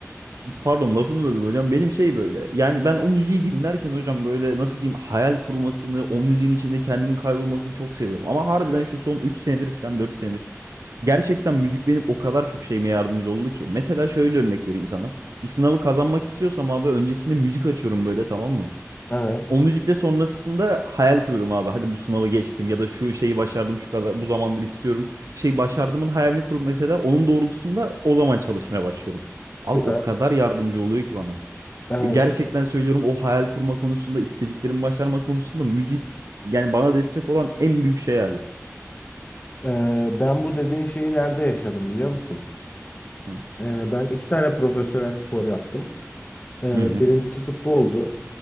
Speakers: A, on the right (about 85°); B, on the left (about 30°).
A: Pardon lafını böldüm hocam. Benim şey böyle. Yani ben o müziği dinlerken hocam böyle nasıl diyeyim hayal kurmasını, o müziğin içinde kendimin kaybolmasını çok seviyorum. Ama harbiden şu son 3 senedir falan 4 senedir gerçekten müzik benim o kadar çok şeyime yardımcı oldu ki. Mesela şöyle örnek vereyim sana. Bir sınavı kazanmak istiyorsam abi öncesinde müzik açıyorum böyle tamam mı?
B: evet,
A: O müzikle sonrasında hayal kuruyorum abi. Hadi bu sınavı geçtim ya da şu şeyi başardım şu kadar bu zamandır istiyorum. Şey başardımın hayalini kurup mesela onun doğrultusunda o zaman çalışmaya başlıyorum. Abi
B: süper.
A: o kadar yardımcı oluyor ki bana.
B: Evet.
A: E, Gerçekten söylüyorum o hayal kurma konusunda istediklerimi başarma konusunda müzik yani bana destek olan en büyük şey abi.
B: Ee, ben bu dediğin şeyi nerede yaşadım biliyor musun?
A: Hı
B: Ee, ben iki tane profesyonel spor yaptım. Ee,
A: hı. hı.
B: birincisi futboldu.